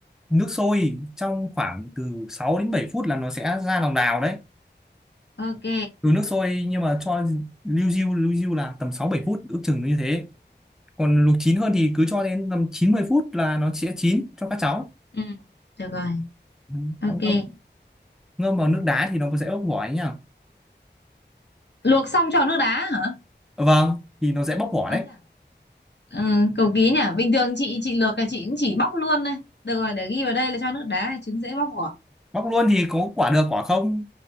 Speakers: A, in the centre; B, on the left.
A: nước sôi trong khoảng từ 6 đến 7 phút là nó sẽ ra lòng đào đấy
B: ok
A: từ nước sôi nhưng mà cho lưu diêu lưu diêu là tầm sáu bảy phút ước chừng nó như thế còn luộc chín hơn thì cứ cho đến tầm 90 phút là nó sẽ chín cho các cháu
B: ừ được rồi
A: Ừ.
B: ok
A: Xong ngâm, ngâm vào nước đá thì nó sẽ bóc vỏ ấy nhỉ
B: luộc xong cho nước đá hả
A: Ờ, vâng thì nó sẽ bóc vỏ
B: à,
A: đấy
B: thế à? Ừ, cầu ký nhỉ bình thường chị chị luộc là chị cũng chỉ bóc luôn đây được rồi để ghi vào đây là cho nước đá trứng dễ bóc vỏ
A: bóc luôn thì có quả được quả không